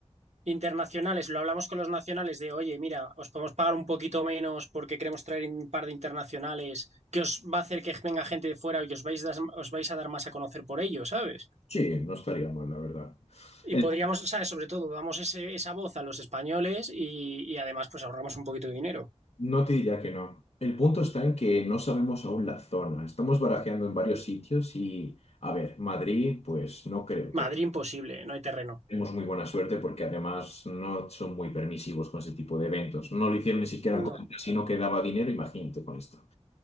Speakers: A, on the right; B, on the left.
A: Internacionales, lo hablamos con los nacionales de, oye, mira, os podemos pagar un poquito menos porque queremos traer un par de internacionales que os va a hacer que venga gente de fuera y os vais, das- os vais a dar más a conocer por ello, ¿sabes?
B: Sí, no estaría mal, la verdad.
A: Y
B: El-
A: podríamos, ¿sabes? Sobre todo, damos ese- esa voz a los españoles y, y además pues ahorramos un poquito de dinero.
B: no te diría que no. El punto está en que no sabemos aún la zona. Estamos barajeando en varios sitios y, a ver, Madrid, pues no creo que
A: Madrid imposible, no hay terreno.
B: Tenemos muy buena suerte porque además no son muy permisivos con ese tipo de eventos. No lo hicieron ni siquiera
A: No,
B: con el casino que daba dinero, imagínate con esto.